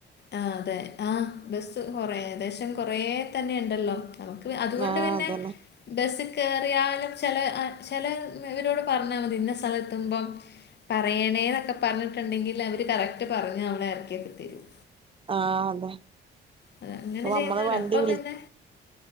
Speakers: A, on the left (about 60°); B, on the right (about 25°).
A: ആ അതെ ആ ബസ്സ് കൊറെ ഏകദേശം കുറേത്തന്ന ഉണ്ടേല്ലോനമ്മുക്ക് അതുകൊണ്ട്
B: ആഹ്
A: തന്നെ
B: അതന്നെ
A: ബസ്സ് കേറിയാലും ചെല ഇവരോട് പറഞ്ഞാൽ മതി ഇന്ന സ്ഥലത്തുമ്പം പറയണേന്നൊക്കെ പ്- പറഞ്ഞിട്ടുണ്ടെങ്കിൽല് അവര് കറക്റ്റ് പറഞ് നമ്മളെ എർക്കിയോക്കെ തരും
B: ആഹ് അതെ
A: അത് അങ്ങനെ
B: നമ്മള്
A: ചെയ്യുന്നവർ
B: വണ്ടി
A: അപ്പം പിന്നെ